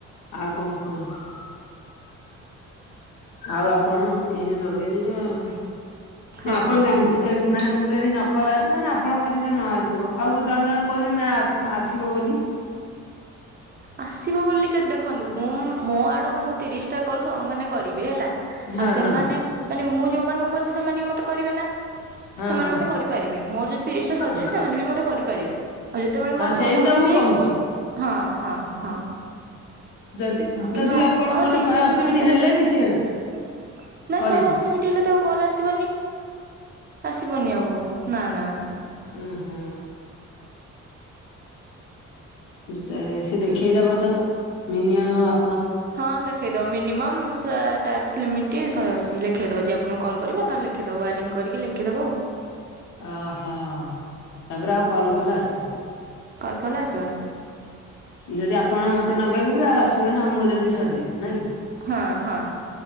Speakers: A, on the left; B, on the right.
A: ଆଉ କଣ କୁହନ୍ତୁ? ଆଉ ଆପଣ ଏଇନା ନଗେଇଦେବେ ଆଉ
B: ହଁ।
A: ନା ଆପଣ ଜାଣିଚ ଏ ମାନେ ମୁଁ ଯଦି ନକରେ ମାନେ ଆପଣଙ୍କ କତିକି ଯଦି ନ ଆସିବ ଆଉ କୁ ଜଣ ଜଣ କହୁଚନ୍ତି ନା ଆପ୍ ଆସିବ ବୋଲି।
B: ଆସିବ ବୋଲି ଯଦି ଦେଖନ୍ତୁ ମୁଁ ମୋ ଆଡୁ ମୁଁ ତିରିଶ ଟା କଲ ସମ୍ ମାନେ କରିବି ହେଲା।
A: ହଁ
B: ଆଉ ସେମାନେ
A: ହଁ
B: ମାନେ ମୁଁ ଯୋଉମାନଙ୍କୁ କରୁଚି ସେମାନେ ବି ମତେ କରିବେ ନା।
A: ହଁ
B: ସେମାନେ
A: ହଁ
B: ମତେ କରିପାରିବେ ମୋର ଯଦି ତିରିଶ ଟା ସରଯାଇଚି
A: ହଁ
B: ସେମାନେ ବି ମତେ କରିପାରିବେ। ଆଉ ଯ ସେତେବେଳେ ମୋର
A: ହଁ
B: ଶହେ
A: ସେମିତି
B: ଅଶୀ
A: ତ ମୁଁ
B: ହେଇଯିବ
A: କହୁଛି
B: ହଁ ହଁ ହଁ।
A: ଯଦି
B: ହଁ କିନ୍ତୁ
A: ଯଦି
B: ଆପଣ
A: ଆପଣଙ୍କର
B: ତିରିଶ
A: ଶହେ ଅଶୀ
B: ଟା ସାରଦେଲେ
A: ମିନିଟ୍ ହେଲେ
B: ବହୁତୁ
A: ବି ସିଏ
B: ନାଇଁ
A: କରିବେ
B: ଶହେ ଅଶୀ ଇ ମିଣ୍ଟି ହେଲେ ତ ଆଉ କଲ ଆସିବନି ଆସିବନି ଆଉ କଲ ନା ନା ନା।
A: ଉଁହୁଁ। ବୁଝିତ ଏ ସେ ଦେଖେଇ ଦବ ତ ମନିୟମ୍ ଆପ
B: ହଁ ଦେଖେଇଦବ ମିନିମମ୍ ସାର୍ ଟାକ୍ସ ଲିମିଟ୍ ଶହେ ଅଶୀ ଲେଖେଇଦେବ ଯିଏ ଆପଣଙ୍କୁ କଲ୍ କରିବ ତାର ଲେଖେଇଦବ ୱାରିଙ୍ଗ କରିକି ଲେଖିଦବ ଆଉ। <unintelligible>
A: ଓହୋ ତାପରେ ଆଉ କଲ୍ ଫଲ୍ ଆସିବନି।
B: କଲ୍ ଫଲ୍ ଆସିବନି।
A: ଯଦି ଆପଣ ମତେ ନଗେଇବେ ବି ଆଉ ଆସିବନି ଆଉ ମୋର ଯଦି ସରିଯାଇଥିବ ନାଇଁ କି?
B: ହଁ ହଁ।